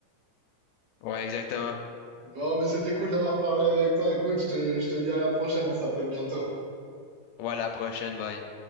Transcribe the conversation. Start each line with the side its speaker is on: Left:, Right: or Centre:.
Left: Ouais, exactement.
Right: Bon, mais c'était cool d'avoir parlé avec toi. Écoute, je te, je te dis à la prochaine, on s'appelle bientôt.
Left: Ouais, à la prochaine, bye.